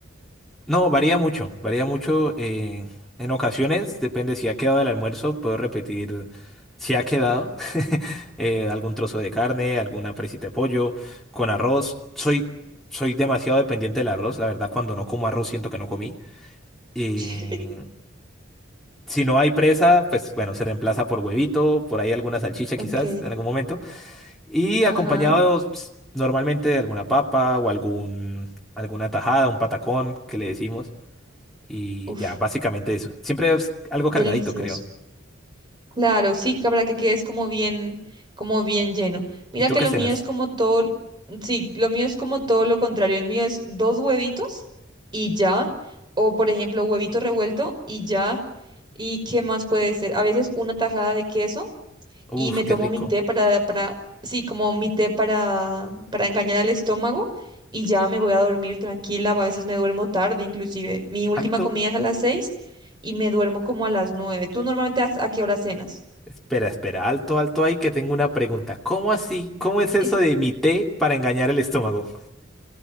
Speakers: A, in the centre; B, on the right.
A: No, varía mucho, varía mucho. eh, en ocasiones, depende si ha quedado el almuerzo, puedo repetir si ha quedado <laughs> eh, algún trozo de carne, alguna presita de pollo, con arroz. Soy, soy demasiado dependiente del arroz, la verdad, cuando no como arroz siento que no comí. Y
B: <laughs>
A: si no hay presa, pues bueno, se reemplaza por huevito, por ahí alguna salchicha
B: Ok,
A: quizás en algún momento. Y acompañado
B: ajá,
A: pues, normalmente de alguna papa o algún, alguna tajada, un patacón que le decimos. Y
B: uf,
A: ya, básicamente eso. Siempre es algo
B: delicioso.
A: cargadito, creo.
B: Claro, sí, que para que quedes como bien, como bien lleno. Mira
A: ¿Y tú
B: que
A: qué
B: lo
A: cenas?
B: mío es como todo, sí, lo mío es como todo lo contrario. El mío es dos huevitos y ya, o por ejemplo, huevito revuelto y ya. ¿Y qué más puede ser? A veces una tajada de queso
A: Uf,
B: y me
A: qué
B: tomo
A: rico.
B: mi té para, para, sí, como mi té para, para engañar al estómago y ya me voy a dormir tranquila. A veces me duermo tarde, inclusive. Mi última
A: Alto.
B: comida es a las seis y me duermo como a las nueve. ¿Tú normalmente a, a qué hora cenas?
A: Espera, espera, alto, alto ahí que tengo una pregunta. ¿Cómo así? ¿Cómo es eso
B: <laughs>
A: de mi té para engañar el estómago?